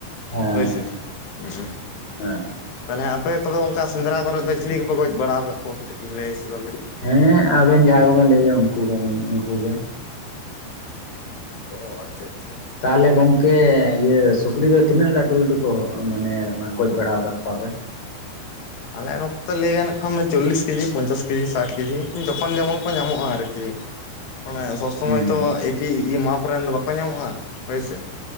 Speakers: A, on the left; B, on the left.
A: ᱦᱮᱸ
B: ᱦᱳᱭ ᱥᱮ? ᱩᱸ
A: ᱦᱮᱸ
B: ᱛᱟᱞᱦᱮ ᱟᱯᱮ ᱠᱚᱫᱚ ᱚᱱᱠᱟ ᱥᱮᱸᱫᱽᱨᱟ ᱠᱚᱨᱮᱫ ᱫᱚ ᱪᱤᱞᱤ ᱠᱚᱯᱮ ᱜᱚᱡ ᱵᱟᱲᱟᱟᱣ ᱟᱠᱟᱫ ᱠᱚᱣᱟ ᱠᱟᱹᱴᱤᱡ ᱞᱟᱹᱭ ᱥᱚᱫᱚᱨ ᱞᱮ
A: ᱦᱮᱸ ᱟᱵᱮᱱ ᱡᱟᱦᱟᱸ ᱠᱚᱵᱮᱱ ᱞᱟᱹᱭᱟ ᱩᱱᱠᱩ ᱠᱚ ᱩᱱᱠᱩ ᱜᱮ᱾
B: ᱚ ᱟᱪᱪᱷᱟ ᱟᱪᱪᱷᱟ ᱟᱪᱪᱷᱟ᱾
A: ᱛᱟᱦᱚᱞᱮ ᱜᱚᱝᱠᱮ ᱤᱭᱟᱹ ᱥᱩᱠᱨᱤ ᱫᱚ ᱛᱤᱱᱟᱹᱜ ᱞᱟᱹᱴᱩ ᱞᱟᱹᱴᱩ ᱠᱚ ᱢᱟᱱᱮ ᱢᱟᱜ ᱜᱚᱡ ᱵᱟᱲᱟᱣ ᱟᱠᱟᱫ ᱠᱚᱣᱟᱯᱮ?
B: ᱟᱞᱮᱭᱟᱜ ᱱᱚᱛᱮ ᱞᱟᱹᱭ ᱜᱟᱱᱚᱜ ᱠᱷᱟᱱ ᱫᱚ ᱪᱚᱞᱞᱤᱥ ᱠᱮᱡᱤ ᱯᱚᱧᱪᱟᱥ ᱠᱮᱡᱤ ᱥᱟᱴ ᱠᱮᱡᱤ ᱡᱚᱠᱷᱚᱱ ᱡᱮᱢᱚᱱ ᱠᱚ ᱧᱟᱢᱚᱜᱼᱟ ᱟᱨᱠᱤ᱾ ᱚᱱᱟ ᱥᱚᱵ ᱥᱚᱢᱚᱭ
A: ᱦᱩᱸ
B: ᱛᱚ ᱮᱠᱤ ᱤᱭᱟᱹ ᱢᱟᱯ ᱨᱮᱱ ᱫᱚ ᱵᱟᱠᱚ ᱧᱟᱢᱚᱜᱼᱟ ᱦᱳᱭᱥᱮ᱾